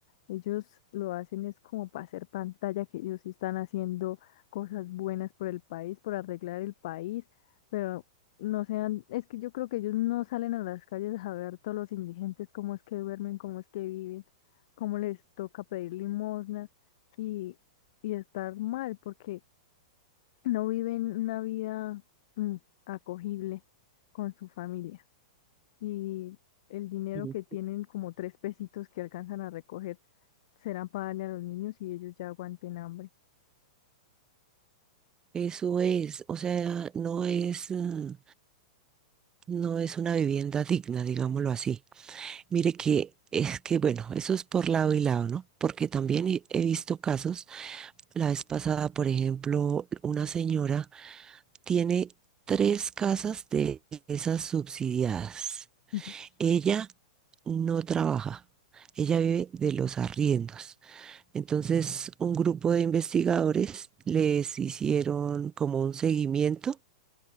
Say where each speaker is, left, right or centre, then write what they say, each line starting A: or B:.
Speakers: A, on the left (about 60°); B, on the right (about 20°).
A: Ellos lo hacen es como para hacer pantalla, que ellos sí están haciendo cosas buenas por el país, por arreglar el país, pero no sean, es que yo creo que ellos no salen a las calles a ver todos los indigentes, cómo es que duermen, cómo es que viven, cómo les toca pedir limosna y, y estar mal, porque no viven una vida mm, acogible con su familia y el dinero
B: Ujú.
A: que tienen, como tres pesitos que alcanzan a recoger, serán para darle a los niños y ellos ya aguanten hambre.
B: Eso es, o sea, no es, mm, no es una vivienda digna, digámoslo así. Mire que es que, bueno, eso es por lado y lado, ¿no? Porque también he he visto casos, la vez pasada, por ejemplo, una señora tiene tres casas de esas subsidiadas.
A: <laughs>
B: Ella no trabaja, ella vive de los arriendos. Entonces, un grupo de investigadores les hicieron como un seguimiento